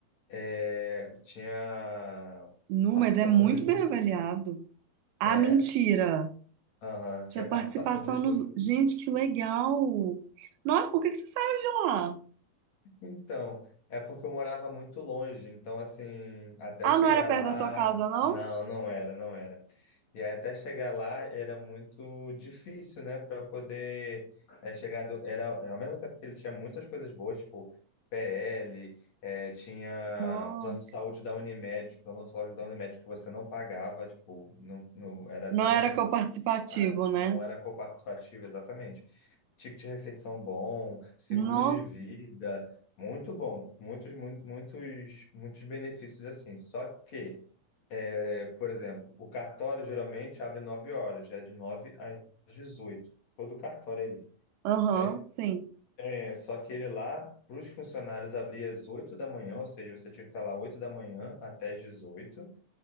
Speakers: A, on the left (about 50°); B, on the right (about 85°).
A: é, tinha
B: nu,
A: participação
B: mas é muito
A: nos lucros.
B: bem avaliado. Ah,
A: É,
B: mentira.
A: aham, tinha
B: Tinha participação
A: participação dos
B: nos.
A: lucros.
B: Gente, que legal. Nossa, por que que você saiu de lá?
A: Então, é porque eu morava muito longe, então assim, até
B: Ah,
A: chegar
B: não era perto
A: lá,
B: da sua casa, não?
A: não, não era, não era. E aí, até chegar lá era muito difícil, né, para eu poder é, chegar do, era ao mesmo tempo que ele tinha muitas coisas boas, tipo PL, é, tinha
B: Nossa.
A: plano de saúde da Unimed, plano odontológico da Unimed que você não pagava, tipo, não, não- era
B: Não
A: totalmente
B: era coparticipativo,
A: Ah,
B: né?
A: não era coparticipativa, exatamente. Ticket de refeição bom, seguro
B: Não.
A: de vida, muito bom, muitos, muito, muitos, muitos benefícios assim. Só que, é, por exemplo, o cartório geralmente abre 9 horas, já é de 9 às dezoito todo cartório é aí,
B: Aham,
A: né?
B: sim.
A: É, só que ele lá, para os funcionários, abria às 8 da manhã, ou seja, você tinha que estar lá 8 da manhã até às 18,